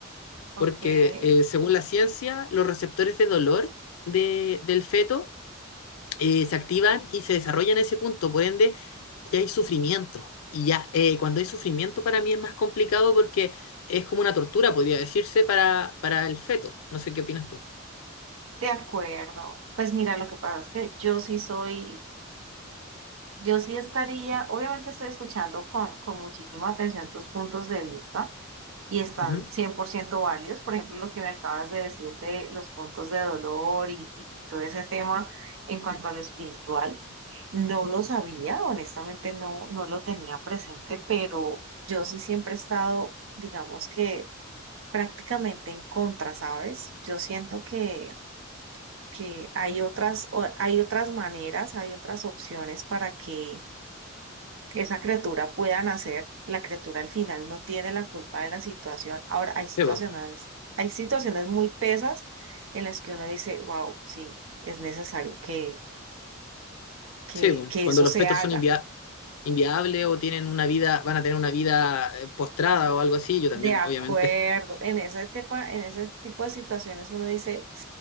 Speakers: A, on the right; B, on the left.
A: Ok,
B: porque
A: de
B: eh, según la ciencia, los receptores de dolor de- del feto eh, se activan y se desarrollan en ese punto, por ende, ya hay sufrimiento. Y ya eh, cuando hay sufrimiento para mí es más complicado porque es como una tortura, podría decirse, para, para el feto. No sé qué opinas tú.
A: acuerdo. Pues mira, lo que pasa es que yo sí soy, yo sí estaría, obviamente estoy escuchando con, con muchísima atención tus puntos de vista. y están
B: Ujú.
A: 100% válidos. Por ejemplo, lo que me acabas de decir de los puntos de dolor y, y- y todo ese tema en cuanto a lo espiritual, no lo sabía, honestamente no, no lo tenía presente, pero yo sí siempre he estado, digamos que prácticamente en contra, ¿sabes? Yo siento que, que hay otras, o- hay otras maneras, hay otras opciones para que esa criatura pueda nacer, la criatura al final no tiene la culpa de la situación. Ahora, hay situaciones,
B: Sí, po.
A: hay situaciones muy pesas en las que uno dice, wow, sí, es necesario que, que,
B: Sí, po.
A: que
B: Cuando
A: eso
B: los
A: se
B: fetos
A: haga.
B: son enviados inviable o tienen una vida, van a tener una vida eh, postrada o algo así, yo también,
A: De acuerdo,
B: obviamente.
A: en ese tipo, en ese tipo de situaciones uno dice,